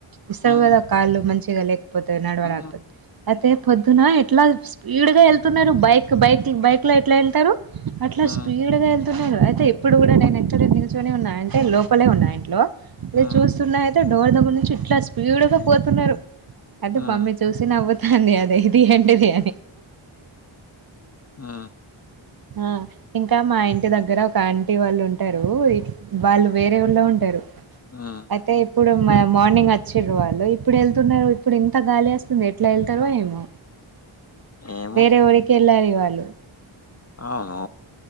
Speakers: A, on the right; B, on the left.
A: ఇస్తరు
B: ఆ!
A: కదా కాళ్ళు మంచిగా లేకపోతే నడవడాకపోతే
B: ఆ!
A: అయితే పొద్దున అట్లా స్పీడ్ గా వెళ్తున్నారు, బైక్ బైక్ బైక్ లో ఎట్ల ఎళ్తారు అట్లా
B: ఆ!
A: స్పీడ్ గా ఎల్ తున్నారు అయితే ఎప్పుడు గుడ నేను ఇక్కడే నిల్చొనే ఉన్న అంటే లోపలే ఉన్న ఇంట్లో, నేను
B: ఆ! ఆ!
A: చూస్తున్నా అయిత్ తే ఆ డోర్ దగ్గర నుంచి ఇట్లా స్పీడ్ గా పోతున్నరు, అయితే
B: ఆ!
A: మమ్మి చూసి నవ్వు తాంది అనేది ఏంటిది అని
B: ఆ
A: ఆ ఇంకా మా ఇంట్ టి దగ్గర ఒక ఆంటీ వాళ్ళు ఉంటరు, వాళ్ళు వేరే ఊర్లో ఉంటరు
B: ఆ!
A: అయితే ప్పుడు మ మార్నింగ్ వచ్చిరు వాళ్ళు, ఇప్పుడే ఎళ్తున్నరు, ఇప్పుడు ఇంత గాలి అస్తుంది, ఎట్ల ఎళ్తరో ఏమో
B: ఏమో!
A: వేరే ఊరికే ఎళ్లాలి వాళ్ళు.
B: అవును,